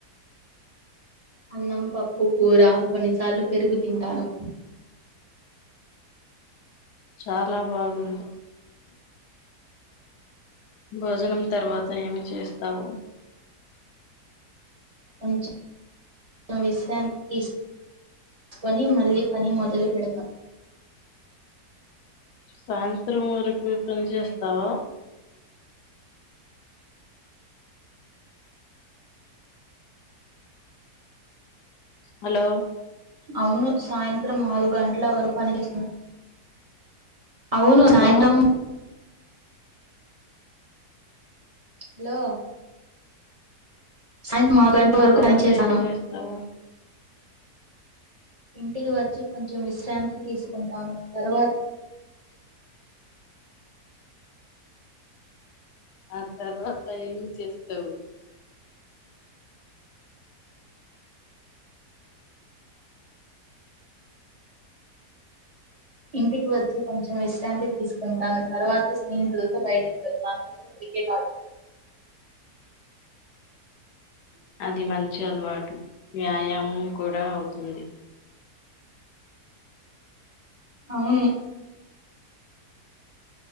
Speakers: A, on the right; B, on the left.
A: అన్నం పప్పు కూర కొన్నిసార్లు పెరుగు తింటాను.
B: చాలా బాగుంది. భోజనం తర్వాత ఏమి చేస్తావు.
A: కొంచం విశ్రాంతి తీసుకొని మళ్ళీ పని మొదలు పెడతాం
B: సాయంత్రం రు విపలు చేస్తావా హలో
A: అవును సాయంత్రం ఆరు గంటల వరకు పనిచేస్తాను అవును
B: హలో
A: సాయంత్రం హలో సాయంత్రం ఆరు గంటల
B: ఆ
A: వరకు
B: తర్వాత
A: పని చేశాను.
B: ఏమి చేస్తావు
A: ఇంటికి వచ్చి కొంచం కొంచెం విశ్రాంతి తీసుకుంటాను. తర్వాత
B: ఆ తర్వాత ఏమి చేస్తావు
A: ఇంటికి వచ్చి కొంచెం విశ్రాంతి తీసుకుంటాను. తర్వాత స్నేహితులతో బయటకి వెళ్తాను క్రికెట్ ఆడు
B: అది మల్లి చి అలవాటు వ్యాయామం కూడా అవుతుంది
A: అవును